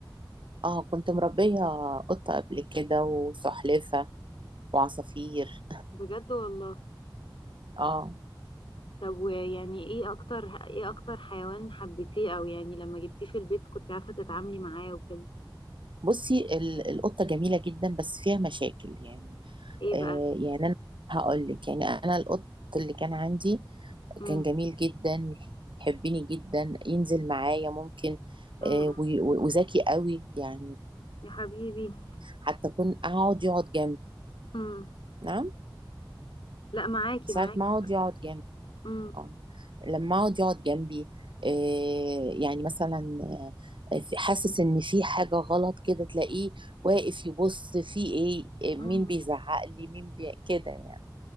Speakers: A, on the right (about 75°); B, on the left (about 85°).
A: اه كنت مربية قطة قبل كده وسلحفة وعصافير
B: بجد والله
A: اه
B: طب ويعني ايه اكتر ايه اكتر حيوان حبيتيه او يعني لما جبتيه في البيت كنت عارفه تتعاملي معاه وكده
A: بصي ال- القطة جميلة جدا بس فيها مشاكل يعني
B: ايه
A: آه
B: بقى
A: يعني انا هقول لك يعني انا القط اللي كان عندي
B: امم
A: كان جميل جدا يحبني جدا ينزل معايا ممكن
B: امم
A: آه وي- و- وذكي قوي يعني
B: يا حبيبي
A: حتى كنت اقعد يقعد جنبي
B: امم
A: نعم
B: لا معاكي
A: ساعة
B: معاكي
A: ما اقعد يقعد جنبي
B: امم
A: اه لما اقعد يقعد جنبي إيه يعني مثلا آه، في- حاسس ان في حاجه غلط كده تلاقيه واقف يبص في ايه إيه، مين
B: امم
A: بيزعق لي مين بي... كده يعني